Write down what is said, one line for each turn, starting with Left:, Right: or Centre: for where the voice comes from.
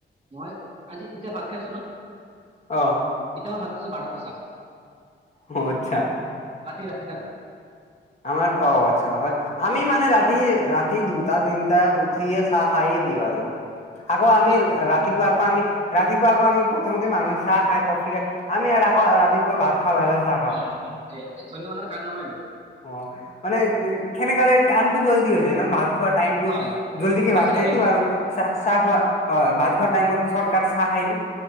Right: মই আজি এতিয়া ভাত খাই আছোঁ ন'
Left: অ'।
Right: এতিয়া মই ভাত খাইছোঁ, বাৰটা বজাত চাহ খাম।
Left: অ' আচ্ছা।
Right: ৰাতি, ৰাতি তাকো।
Left: আমাৰ অ' আচ্ছা, মানে ৰা ৰাতি ৰাতি দুটা তিনিটা উঠিয়ে চাহ খাইে দিওঁ আৰু আকৌ
Right: এতিয়া
Left: আমি ৰাতি ৰাতিপুৱা আকৌ আমি ৰাতিপুৱা আকৌ আমি প্ৰথমতে মানুহে চাহ খাই, কফি খাই, আমি আকৌ ৰাতিপুৱা ভাত খাওঁ। খাওঁ
Right: অ' অয়া এয়া ধনৈ মানৰ কাণ নামাই
Left: অ' মানে খেনে কালে কামটো জল্দি হৈ যায় ন ভাত। খোৱা টাইমটো
Right: হয়
Left: জল্দি কি
Right: বাচি
Left: ভাত খাই
Right: থাকিল
Left: দিম আৰু চাহ চাহ খোৱা অ' ভাত খোৱাৰ টাইমত চৰ্টকাট চাহ খাই দিওঁ,